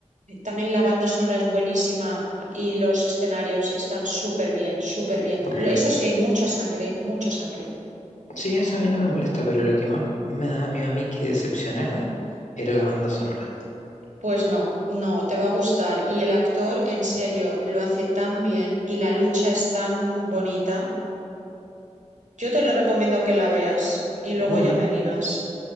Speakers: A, on the right (about 80°); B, on the left (about 85°).
A: también la banda sonora es buenísima y los escenarios están súper bien, súper bien.
B: Lo-
A: Eso sí, hay mucha sangre, mucha sangre.
B: sí, eso a mí no me molesta, pero lo que más me daba miedo a mí que decepcionara era la banda sonora.
A: Pues no, no, te va a gustar. Y el actor, en serio, lo hace tan bien y la lucha es tan bonita. Yo te lo recomiendo que la veas y luego
B: Bueno,
A: ya me digas.